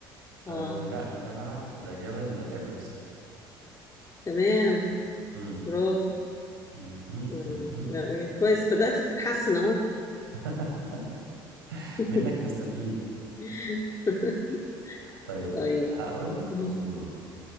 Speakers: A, on the right (about 85°); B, on the left (about 30°).
A: أه
B: اه
A: لا ده انا عارفه ده جبل ايفرست
B: تمام
A: مم.
B: برافو
A: مهم.
B: مم.
A: مهم.
B: لا، كويس بدأت تتحسن اهو
A: <laughs>
B: <laughs>
A: منك نستفيد
B: <laughs>
A: طيب
B: طيب
A: هقول لك فزورة
B: مم.